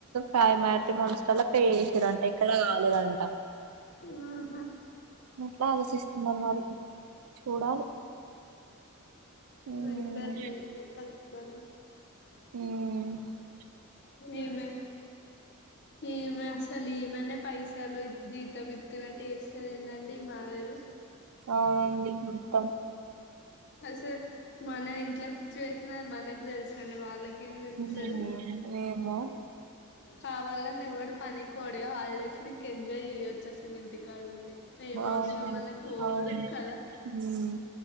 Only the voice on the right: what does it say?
ఫైవ్ మ్యాట్రిమోనిస్ లల్ల పే చేసిరంట ఇక్కడ కాలేదంట
అట్లా ఆలోసిస్తున్నారు మరి. చూడాలి. మ్మ్
మ్
అవునండి మొత్తం
మ్మ్ ఏమో
అవును
అవును
ఉమ్